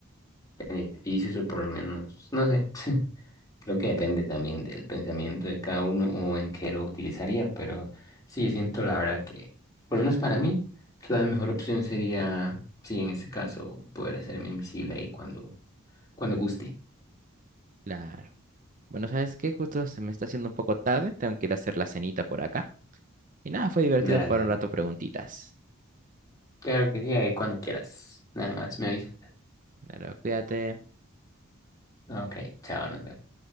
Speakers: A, on the left; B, on the right.
A: beneficios o por lo menos, no sé. <laughs> Creo que depende también del pensamiento de cada uno o en qué lo utilizaría, pero sí, yo siento la verdad que, por lo menos para mí, la mejor opción sería, sí, en este caso, poder hacerme invisible ahí cuando, cuando guste.
B: Claro. Bueno, ¿sabes qué? Justo se me está haciendo un poco tarde, tengo que ir a hacer la cenita por acá. Y nada, fue divertido
A: Dale,
B: jugar
A: dale.
B: un rato preguntitas.
A: Claro que sí, ahí cuando quieras. Nada más, me aviso.
B: Claro, cuídate.
A: Ok, chao, nos vemos.